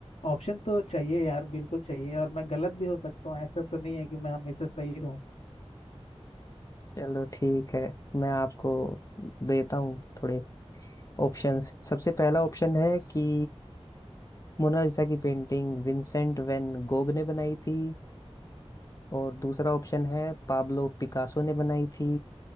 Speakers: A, on the left; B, on the left.
A: ऑप्शन तो चाहिए यार बिल्कुल चाहिए और मैं गलत भी हो सकता हूँ ऐसा तो नहीं है कि मैं हमेशा सही रहूँ
B: चलो ठीक है मैं आपको देता हूँ थोड़े ऑप्शंस सबसे पहला ऑप्शन है कि मोनालिसा की पेंटिंग विंसेंट वैन गोग ने बनाई थी और दूसरा ऑप्शन है पाब्लो पिकासो ने बनाई थी